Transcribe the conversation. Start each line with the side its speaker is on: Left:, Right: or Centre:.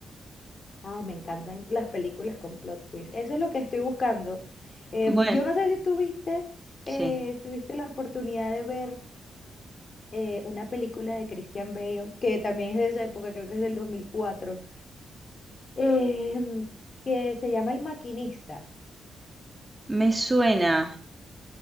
Left: Ay, me encantan las películas con plot twist. Eso es lo que estoy buscando. Em,
Right: Bueno,
Left: yo no sé si tuviste,
Right: sí.
Left: eh, tuviste la oportunidad de ver eh, una película de Christian Bale, que también es de esa época, creo que es del 2004, em, que se llama El Maquinista.
Right: Me suena.